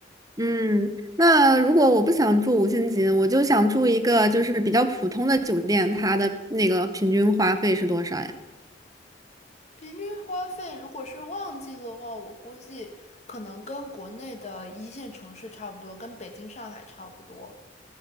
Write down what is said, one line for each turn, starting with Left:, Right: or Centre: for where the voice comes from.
Right: 嗯，那如果我不想住五星级，我就想住一个就是比较普通的酒店，它的那个平均花费是多少呀？
Left: 平均花费如果是旺季的话，我估计可能跟国内的一线城市差不多，跟北京、上海差不多。